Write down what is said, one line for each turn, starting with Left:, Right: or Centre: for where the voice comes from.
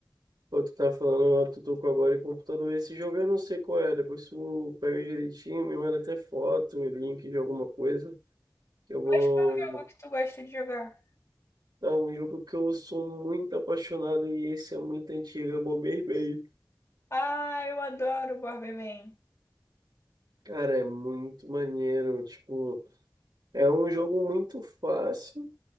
Right: Pô, tu tá falando, ó, tu tocou agora em computador. Esse jogo eu não sei qual é. Depois tu pega direitinho, me manda até foto, link de alguma coisa. Eu vou.
Left: Mas qual é o jogo que tu gosta de jogar?
Right: Não, um jogo que eu sou muito apaixonado e esse é muito antigo, é o Bomberman.
Left: Ah, eu adoro Bomberman.
Right: Cara, é muito maneiro. Tipo, é um jogo muito fácil,